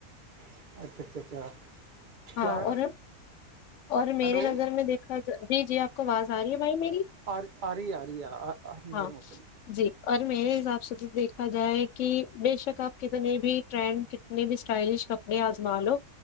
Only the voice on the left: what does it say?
ہاں
اور اور میرے
نظر میں دیکھا جائے دیجیے آپ کو آواز آ رہی ہے بھائی میری
ہاں
جی اور میرے حساب سے جب دیکھا جائے کہ بےشک آپ کتنی بھی ٹرینڈ کتنے بھی اسٹائلش کپڑے آزما لو